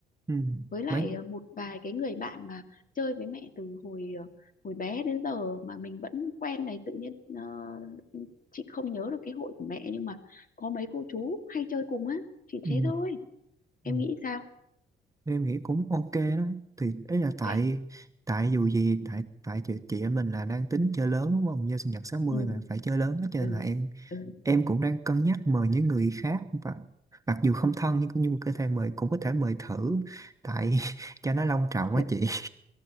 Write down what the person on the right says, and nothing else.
ừ.
mấy
ừ.
ừ.
em nghĩ cũng ok đó thì ấy là
tại tại dù gì tại tại chị, chị em mình là đang tính chơi lớn đúng không nhân sinh nhật sáu mươi
mà phải chơi lớn đó, cho
nên là em
em cũng đang cân nhắc mời những người khác và mặc dù không thân nhưng cũng như có thể mời cũng có thể mời thử tại <laughs> cho nó long trọng
quá chị